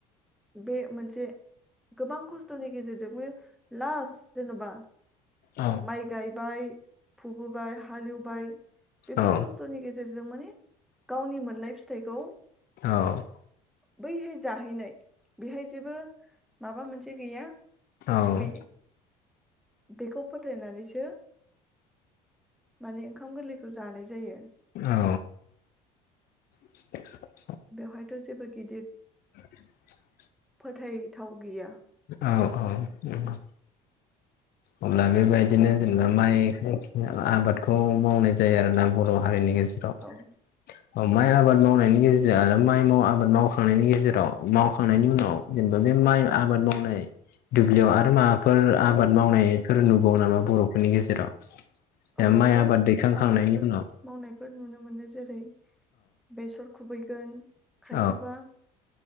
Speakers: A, in the centre; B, on the left.
A: बे मोनसे गोबां खस्थ'नि गेजेरजोंनो लास्ट जेन'बा
B: औ
A: माइ गाय बाय फुग्रोबाय हालेएवबाय बेफार
B: औ
A: खस्थ'नि गेजेरजों माने गावनि मोननाय फिथाइखौ
B: औ
A: बैहाय जाहैनाय बेहाय जेबो माबा मोनसे गैया
B: औ
A: बेनि बेखौ फोथायनानैसो माने ओंखाम गोरलैखौ जानाय जायो।
B: औ <inaudible>
A: बेवहायथ' जेबो गिदिर
B: <inaudible>
A: फोथाय थाव गैया
B: औ औ नंगौ अब्ला बेबायदिनो जेनेबा माइ खाय आबादखौ मावनाय जायो आरोना बर' हारिनि गेजेराव
A: औ
B: <unintelligible> ओ माइ आबाद मावनायनि गेजेर आरो माइ आबाद मावखांनायनि गेजेराव मावखांनायनि उनाव जेन बे
A: औ
B: माइ आबाद मावनाय दुब्लियाव आरो माबाफोर आबाद मावनायफोर नुबावो नामा बर'फोरनि गेजेराव? दा
A: औ
B: माइ
A: गोबां
B: आबाद दैखांखांनायनि
A: आबादफोर
B: उनाव
A: मावनायफोर नुनो मोनो जेरै बेसर खुबैगोन खायफाबा
B: औ